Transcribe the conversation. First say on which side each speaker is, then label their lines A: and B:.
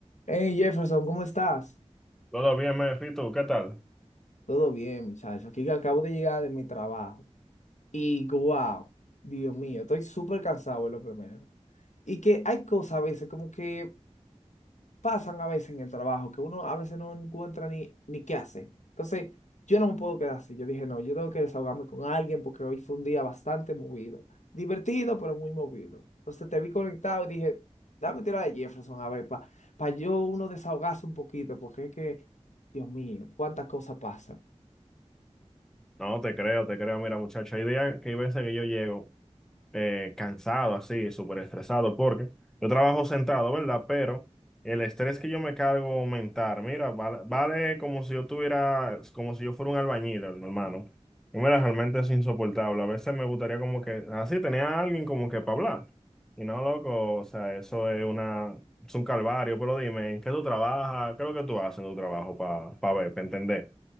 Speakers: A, on the left; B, in the centre.
A: Hey Jefferson, ¿cómo estás?
B: Todo bien, Mefito, ¿qué tal?
A: Todo bien, muchacho. Aquí que acabo de llegar de mi trabajo. Y wow, Dios mío, estoy súper cansado, es lo primero. Y que hay cosas a veces como que pasan a veces en el trabajo, que uno a veces no encuentra ni, ni qué hacer. Entonces, yo no me puedo quedar así. Yo dije, no, yo tengo que desahogarme con alguien porque hoy fue un día bastante movido. Divertido, pero muy movido. Entonces te vi conectado y dije, dame tira de Jefferson a ver, para yo uno desahogarse un poquito, porque es que, Dios mío, cuántas cosas pasan.
B: No, te creo, te creo. Mira, muchacho, hay días que hay veces que yo llego eh, cansado, así, súper estresado, porque yo trabajo sentado, ¿verdad? Pero el estrés que yo me cargo aumentar, mira, vale, vale como si yo tuviera, como si yo fuera un albañil, hermano. Y mira, realmente es insoportable. A veces me gustaría como que, así, tenía a alguien como que para hablar. Y no, loco, o sea, eso es una, es un calvario, pero dime, ¿en qué tú trabajas? ¿Qué es lo que tú haces en tu trabajo para ver, para entender?